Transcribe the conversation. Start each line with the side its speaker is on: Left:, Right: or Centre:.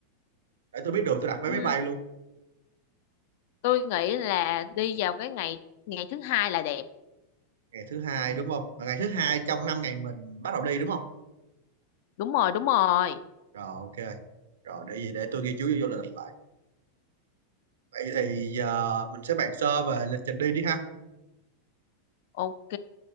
Right: để tôi biết đường tôi đặt vé
Left: ừ.
Right: máy bay luôn
Left: tôi nghĩ là đi vào cái ngày ngày thứ hai là đẹp
Right: ngày thứ hai đúng không và ngày thứ hai trong năm ngày mình bắt đầu đi đúng không
Left: đúng rồi đúng rồi
Right: rồi ok rồi để gì để tôi ghi chú vô, vô lịch lại vậy thì giờ mình sẽ bàn sơ về lịch trình đi đi ha
Left: ok